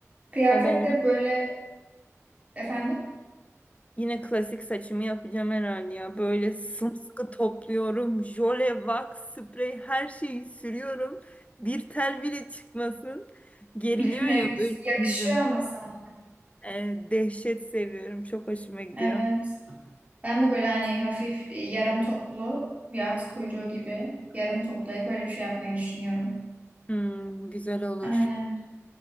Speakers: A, on the right; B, on the left.
A: Kıyafet
B: Ay, Ben
A: de böyle efendim
B: Yine klasik saçımı yapacağım herhalde ya. Böyle sımsıkı topluyorum. Jöle, wax, sprey her şeyi sürüyorum. Bir tel bile çıkmasın. Geriliyor
A: <laughs>
B: ya böyle
A: yakışıyor
B: bizim.
A: ama sana.
B: Ee, dehşet seviyorum. Çok hoşuma gidiyor.
A: Evet. Ben de böyle hani hafif e, yarım toplu bir at kuyruğu gibi yarım toplayıp öyle bir şey yapmayı düşünüyorum.
B: Hmm, güzel olur.
A: Aynen.